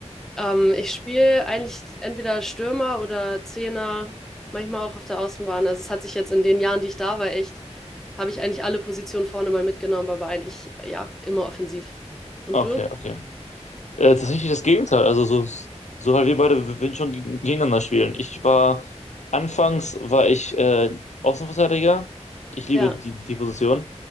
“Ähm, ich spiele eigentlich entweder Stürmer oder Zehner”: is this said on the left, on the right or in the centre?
Centre